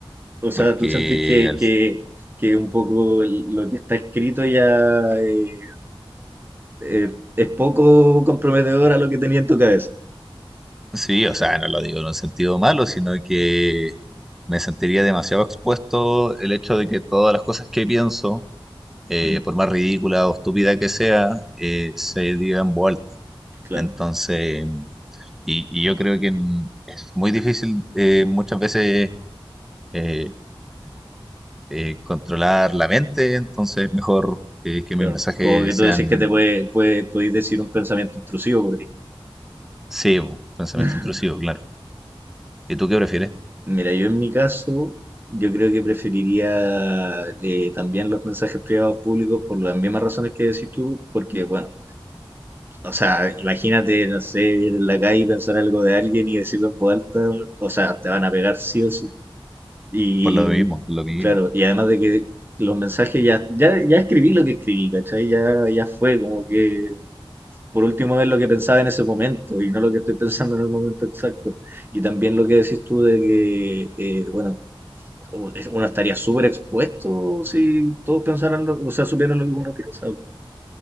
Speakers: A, on the right; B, in the centre.
A: O sea,
B: Porque
A: ¿tú sentís que,
B: al,
A: que, que un poco el- lo que está escrito ya eh, eh, es poco comprometedor a lo que tenía en tu cabeza?
B: Sí, o sea, no lo digo en un sentido malo, sino que me sentiría demasiado expuesto el hecho de que todas las cosas que pienso, eh,
A: Mm,
B: por más ridícula o estúpida que sea, eh, se digan vuelta.
A: claro.
B: Entonces, y, y yo creo que en- es muy difícil eh, muchas veces eh, eh, controlar la mente, entonces mejor eh, que
A: Claro,
B: mis mensajes
A: como que tú
B: sean
A: decís que te puede, puede, podéis decir un pensamiento intrusivo por ahí.
B: cebo, pensamiento
A: <laughs>
B: intrusivo, claro. ¿Y tú qué prefieres?
A: Mira, yo en mi caso, yo creo que preferiría eh, también los mensajes privados públicos por las mismas razones que decís tú, porque, bueno, o sea, imagínate, no sé, ir en la calle y pensar algo de alguien y decirlo en voz alta, o sea, te van a pegar sí o sí. Y,
B: Por lo mismo, por lo mismo.
A: claro, y además de que los mensajes ya, ya, ya escribí lo que escribí, ¿cachai? Ya, ya fue, como que por último ver lo que pensaba en ese momento y no lo que estoy pensando en el momento exacto. Y también lo que decís tú de que, eh, bueno, o- es- uno estaría súper expuesto si todos pensaran, lo- o sea, supieran lo que uno piensa. po.